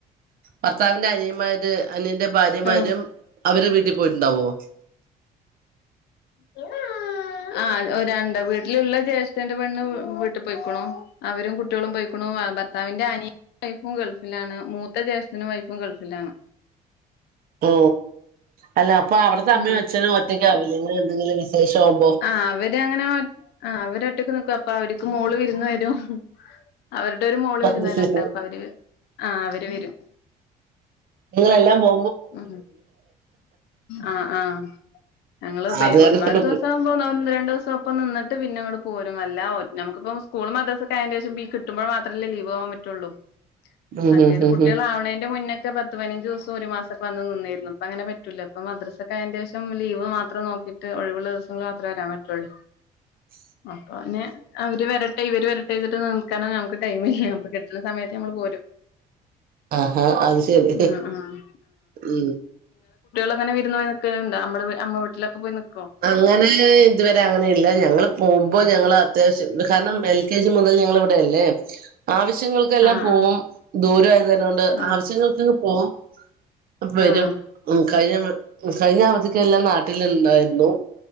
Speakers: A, on the right (about 60°); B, on the left (about 75°).
A: ഭർത്താവിന്റെ അനിയ അന്യന്റെ ഭാര്യമാരും
B: ആഹ്
A: അവര് വീട്ടിൽ പോയിട്ടുണ്ടാവോ
B: ത <unintelligible> ആഹ ഒ രണ്ട വീട്ടിലുള്ള ജ്യേഷ്ഠേന്റെ പെണ്ണ് വീട്ടിൽ പോയിക്കണോ അവരും കുട്ടികളും പോയിക്കണും ഭർത്താവിന്റെ അനിയ വൈഫും ഗൾഫിലാണ് മൂത്ത ജ്യേഷ്ഠനും വൈഫും ഗൾഫിലാണ്
A: ഓ അല്ല അപ്പൊ അവിടുത്തെ അമ്മയും
B: ആ
A: അച്ഛനും ഒറ്റക്ക ആാവില്ലങ്ങന എന്തെങ്കിലും വിശേഷം ആവുമ്പോ
B: ആ അവര് അങ്ങനെ ആ അവര ഒട്ടക്ക് നിക്കും അപ്പൊ അവർക്ക് മോള് വിന്ന് വരും അവരുടെ ഒരു മോള്
A: അത്
B: വരുന്നവരുണ്ട്
A: ശരി
B: അപ്പൊ അവര് ആ അവര് വരും
A: നിങ്ങളെല്ലാം പോ
B: ഉ ആഹ ആഹ ഞങ്ങള്ൾ പ
A: അത് കാരണം
B: ഒരുപാട്
A: കൊണ്ട്
B: ദിവസം ആവുമ്പോന്ന രണ്ടു ദിവസം ഒപ്പം നിട്ട് പിന്നെ ഇങ്ങട്ട പോരുും അല്ല നമുിപ്പം സ്കൂൾ മത അതിം കിട്ടുമ്പോൾ മാത്രമല്ലേ ലീവ് ആവാൻ പറ്റുള്ളൂ
A: ഉം
B: മറ്റേത്
A: ഉം ഉം
B: കുട്ടികൾവണേന്റെ
A: ഉം
B: മുന്നേ പത്ത് പതിനഞ്ച് ദിവസം ഒരു മാസം െ വന്ന് നിന്നിരുന്നു അപ്പൊ അങ്ങനെ പറ്റൂല്ല ഇപ്പ മ്രസ്സൊക്ക അതിന്റെ ശശം ലീവ് മാത്രം നോക്കിട്ട് ഒഴിവുള്ളിവസിൽ മാത്ര വരാൻ പറ്റുള്ളൂ
A: ഉ
B: അപ്പൊ പിന്നെ അവര് വരട്ടെ ഇവര് വരട്ടെതിിട്ട് കാരണം നമുക്ക് ടൈം ഇ അപ്പൊ കിട്ടണ സമയത്ത് നമ്മൾ പോരും
A: ആഹഹ അത് ശരി
B: ആഹ് ആഹ്
A: ഉ
B: അങ്ങനെ വര പോൽക്കലണ്ട് നമ്മ നമ്മ വീലൊക്കെ പോയി നിക്കോ
A: അങ്ങനെ ഇതുവരെ അങ്ങനെ ഇല്ല ഞങ്ങൾ പോുമ്പോ ഞങ്ങള് അത്യാശ്യം കാരണം എൽ കെ ജി മുതൽ ഞങ്ങള ഇവിടെയല്ലേ ആവശ്യങ്ങൾക്കെല്ലാം
B: ആഹ്
A: പോകവും
B: ആഹ്
A: ദൂരമായത് തന്ന കൊണ്ട്
B: ആഹ്
A: ആവശ്യങ്ങൾക്കൊ പോകവും അ വരും
B: ആഹ്
A: ഉ കഴിഞ്ഞ കഴിഞ്ഞ അവധിക്കെല്ലാം നാട്ടിലുണ്ടായിരുന്നു